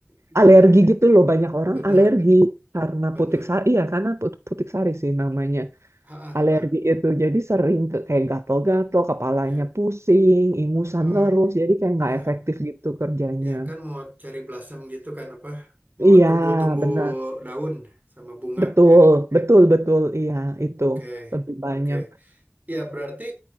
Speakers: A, on the right (about 35°); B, on the right (about 80°).
A: Ya,
B: alergi
A: jadi
B: gitu loh banyak orang
A: benar,
B: alergi karena
A: benar.
B: putik sari iya karena put- putik sari sih namanya
A: Ha, ha,
B: alergi
A: ha, ha.
B: itu jadi sering ke, kayak gatel-gatel kepalanya
A: Ya.
B: pusing ingusan
A: Oh,
B: terus jadi kayak
A: ya.
B: nggak efektif gitu kerjanya
A: Ya kan mau cherry blossom gitu kan apa? Mau
B: Iya,
A: tumbuh-tumbuh
B: benar.
A: daun sama bunga
B: Betul,
A: ya.
B: betul, betul. Iya, itu
A: Oke,
B: lebih banyak.
A: oke. Ya berarti